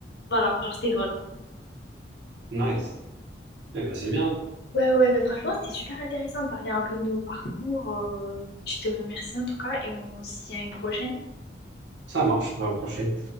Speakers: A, on the left; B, on the right.
A: Voilà, genre c'était drôle, quoi.
B: nice. Eh ben, c'est bien.
A: Ouais, ouais, mais franchement, c'était super intéressant de parler un peu de nos parcours. euh, je te remercie en tout cas et on se dit à une prochaine.
B: Ça marche pour la prochaine.